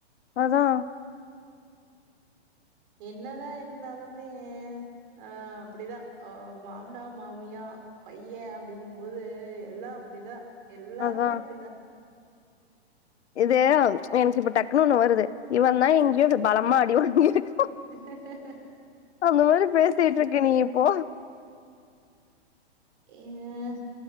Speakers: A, on the left; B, on the right.
A: அதா
B: என்னதா இருந்தாலுமே ஆ அப்டிதா அவங்க மாம்னா மாமி யா பையெ அப்டிங்கும்போது எல்லா அப்டிதா எல்லாருமே
A: அதா
B: அப்டிதா
A: இது எனக்கு இப்ப டக்குனு ஒன்னு வருது இவன்தா எங்கியோ பலமா அடிவாங்கிருக்
B: ஹ ஹ ஹ
A: அந்த மாரி பேசிட்டு இருக்க நீ இப்போ
B: ஏ